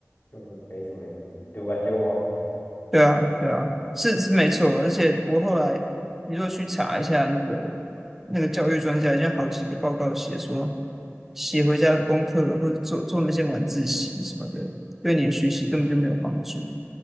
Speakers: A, on the left (about 50°); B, in the centre.
A: 就是没什么意义，读完就忘了，
B: 对啊，对啊，是是没错。而且我后来，你如果去查一下那个那个教育专家，已经好几个报告写说，写回家功课或者做做那些晚自习什么的，对你的学习根本就没有帮助，